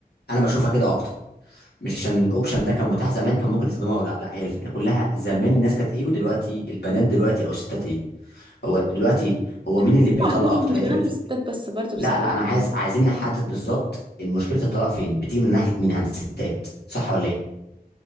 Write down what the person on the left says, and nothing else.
انا بشوفها كده اكتر مش عشان الاوبشن ده كان متاح زمان كان ممكن يستخدمه او لا لا هي الفكره كلها زمان الناس كانت ايه ودلوقتي البنات دلوقتي او الستات ايه هو دلوقتي هو
مين اللي بيطلق
اكتر
انت
بت...
لا
لا انا
عايز عايزين نحدد بالظبط المشكله الطلاق فين بتيجي من ناحيه مين عند الستات صح ولا ايه